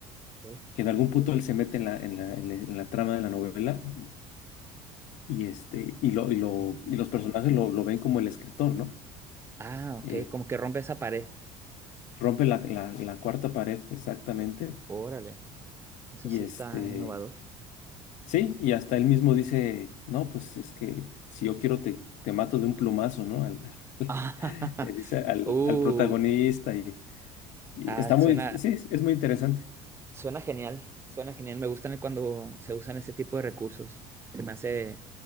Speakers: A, on the right; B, on the left.
A: ok.
B: que en algún punto él se mete en la, en la, en la, en la trama de la novela y, y, este, y, lo, y, lo,
A: ok.
B: y los personajes lo, lo ven como el escritor, ¿no?
A: Ah, ok,
B: Eh,
A: como que rompe esa pared.
B: rompe la, la, la cuarta pared exactamente
A: Órale, eso
B: y
A: sí
B: este...
A: está innovador.
B: Sí, y hasta él mismo dice, no, pues es que si yo quiero te, te mato de un plumazo, ¿no? Al, al-
A: <laughs>
B: <laughs> le dice al,
A: Uh,
B: al protagonista y, y
A: ah,
B: está muy,
A: suena,
B: sí, es, es muy interesante.
A: suena genial, suena genial. Me gustan cuando se usan ese tipo de recursos. Se me hace